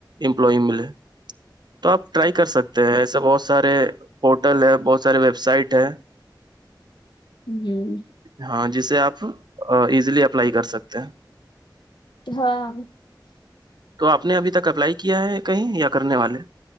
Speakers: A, on the right; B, on the left.
A: امپلائی ملے تو آپ ٹرائی کر سکتے ہیں ایسے بہت سارے پورٹل ہے بہت سارے ویب سائٹ ہے
B: <inaudible> ہوں
A: ہاں جسے آپ ایزیلی اپلائی کر سکتے ہیں
B: ہاں
A: تو آپ نے ابھی تک اپلائی کیا ہے کہیں یا کرنے والے